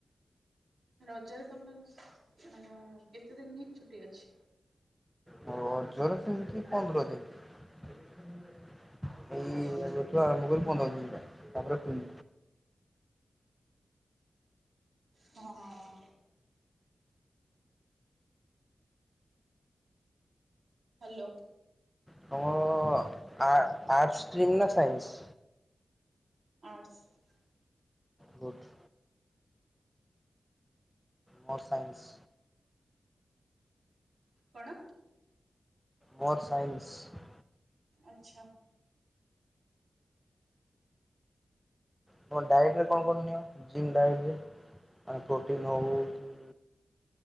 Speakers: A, on the right (about 65°); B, in the centre.
A: ରଜରେ ତମର କେତେ ଦିନ ହିଁ ଛୁଟି ଅଛି?
B: ରଜରେ ସେମିତି ପନ୍ଦର ଦିନ ଏଇ
A: ଆଚ୍ଛା
B: ଏବେଠୁ ଆରମ୍ଭ କରି ପନ୍ଦର ଦିନିଯାଏ ତାପରେ ଶୁନ
A: ହଁ ହ୍ୟାଲୋ
B: ତମ ଆର୍ଟ ଆର୍ଟସ୍ ଷ୍ଟ୍ରିମ୍ ନା ସାଇନ୍ସ?
A: ଆର୍ଟସ୍।
B: ବହୁତ୍ ମୋର ସାଇନ୍ସ
A: କଣ?
B: ବଥ୍ ସାଇନ୍ସ
A: ଆଚ୍ଛା।
B: ତମ ଡାଏଟ୍ ରେ କଣ କଣ ନିିଅ ଜିମ୍ ଡାଏଟ ରେ ମାନେ ପ୍ରୋଟିନ୍ ହଉ କି